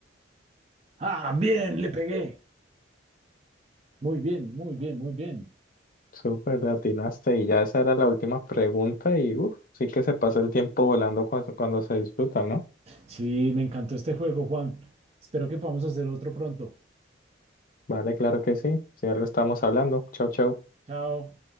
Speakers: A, on the right (about 35°); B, on the left (about 45°).
A: Ah, bien, le pegué. Muy bien, muy bien, muy bien.
B: Súper latinaste y ya esa era la última pregunta y uf, sí que se pasa el tiempo volando cuando, cuando se disfruta, ¿no?
A: Sí, me encantó este juego, Juan. Espero que podamos hacer otro pronto.
B: Vale, claro que sí. Si algo estamos hablando. Chau, chau.
A: Chao.